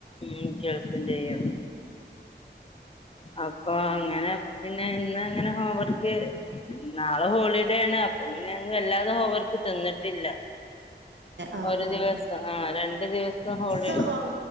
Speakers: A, on the left (about 30°); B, on the right (about 85°).
A: ഉം കേൾക്കും ചെയ്യ. അപ്പൊ അങ്ങനെ പിന്നെ ഇന്ന് അങ്ങനെ ഹോം വർക്ക്. നാളെ ഹോളിഡേ ആണ്, അപ്പൊ പിന്നെ ഇന്ന് വല്ലാതെ ഹോം വർക്ക്‌ തിന്നിട്ടില്ല.
B: ആഹ്
A: ഒരു
B: ആഹ്
A: ദിവസം, ആഹ് രണ്ടു ദിവസം ഹോളി
B: ദിവസം ഓക്കെ